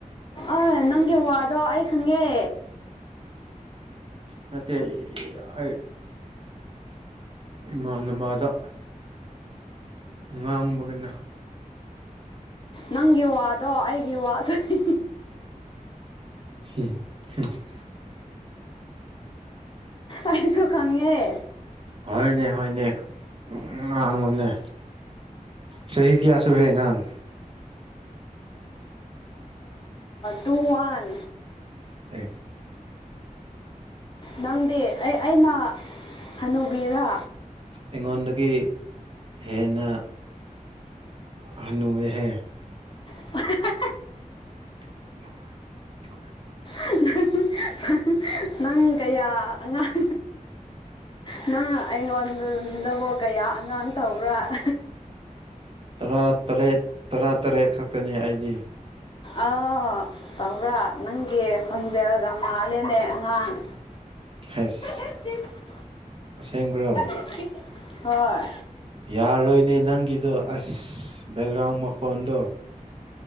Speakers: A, on the left; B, on the right.
A: ꯑꯥꯏ ꯅꯪꯒꯤ ꯋꯥꯗꯣ ꯑꯩ ꯈꯪꯉꯦ
B: ꯅꯠꯇꯦ ꯑꯩ ꯏꯃꯥꯟꯅꯃꯥꯗ ꯉꯥꯡꯕꯒꯅꯦ
A: ꯅꯪꯒꯤ ꯋꯥꯗꯣ ꯑꯩꯒꯤ ꯋꯥꯁꯨꯅꯤ
B: <unintelligible>
A: ꯑꯩꯁꯨ ꯈꯪꯉꯦ
B: ꯍꯣꯏꯅꯦ ꯍꯣꯏꯅꯦ ꯉꯥꯡꯉꯨꯅꯦ ꯆꯍꯤ ꯀꯌꯥꯁꯨ ꯔꯦ ꯅꯪ
A: ꯇꯨ ꯋꯥꯟ
B: ꯑꯦ
A: ꯅꯪꯗꯤ ꯑꯦ ꯑꯩꯅ ꯍꯟꯅꯨꯕꯤꯔ
B: ꯑꯩꯉꯣꯟꯗꯒꯤ ꯍꯦꯟꯅ ꯍꯟꯅꯨꯋꯦꯍꯦ
A: <unintelligible>
B: <inaudible>
A: <unintelligible> ꯅꯪ ꯀꯌꯥ ꯑꯉꯥꯡ ꯅꯪ ꯑꯩꯉꯣꯟꯗꯕꯨ ꯀꯌꯥ ꯑꯉꯥꯡ ꯇꯧꯕ꯭ꯔꯥ
B: ꯇꯔꯥ ꯇꯔꯦꯠ ꯇꯔꯥ ꯇꯔꯦꯠ ꯈꯛꯇꯅꯦ ꯑꯩꯒꯤ
A: ꯑ ꯇꯧꯕ꯭ꯔꯥ ꯅꯪꯒꯤ ꯈꯣꯟꯖꯔꯒ ꯃꯥꯜꯂꯦꯅꯦ ꯑꯉꯥꯡ
B: <unintelligible>
A: <inaudible>
B: ꯑꯁꯦꯡꯕꯔꯣ
A: <unintelligible> ꯍꯣꯏ
B: ꯌꯥꯔꯣꯏꯅꯦ ꯅꯪꯒꯤꯗꯣ ꯑꯁ ꯕꯦꯛꯒ꯭ꯔꯥꯎꯟ ꯃꯈꯣꯟꯗꯣ